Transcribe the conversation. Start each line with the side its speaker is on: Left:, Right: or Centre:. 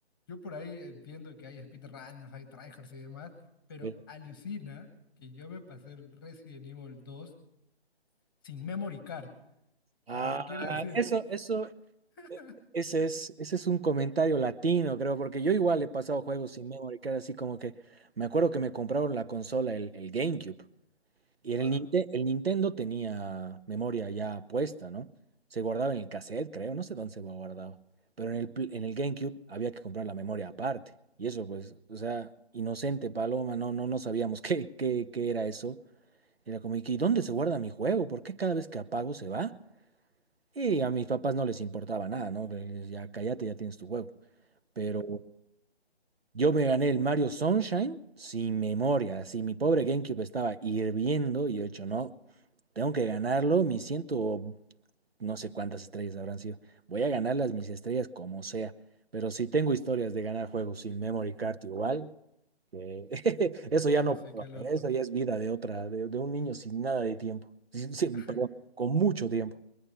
Left: yo por ahí entiendo que hay speedrunners, hay tryhards y demás, pero
Right: sí.
Left: alucina que yo me pasé el Resident Evil 2 sin memory card.
Right: Ah,
Left: O sea, ¿qué quiere decir?
Right: eso, eso,
Left: <laughs>
Right: ese es, ese es un comentario latino, creo, porque yo igual he pasado juegos sin memory card, así como que me acuerdo que me compraron la consola, el, el GameCube. Y en
Left: Wow.
Right: el, Ninte- el Nintendo tenía memoria ya puesta, ¿no? Se guardaba en el cassette, creo, no sé dónde se guardaba. Pero en el, pl- en el GameCube había que comprar la memoria aparte. Y eso, pues, o sea, inocente Paloma, no, no, no sabíamos <laughs> qué, qué, qué era eso. Era como, ¿y qué- dónde se guarda mi juego? ¿Por qué cada vez que apago se va? Y a mis papás no les importaba nada, ¿no? Les- Ya cállate, ya tienes tu juego. Pero yo me gané el Mario Sunshine sin memoria, así mi pobre GameCube estaba hirviendo y yo he dicho, no, tengo que ganarlo, mis ciento, no sé cuántas estrellas habrán sido, voy a ganarlas mis estrellas como sea, pero si tengo historias de ganar juegos sin memory card igual, que <laughs> eso ya
Left: No,
Right: no
Left: sí,
Right: puedo
Left: qué
Right: hacer,
Left: loco.
Right: eso ya es vida de otra, de, de un niño sin nada de tiempo, <laughs> sin- sin-
Left: <laughs>
Right: perdón, con mucho tiempo.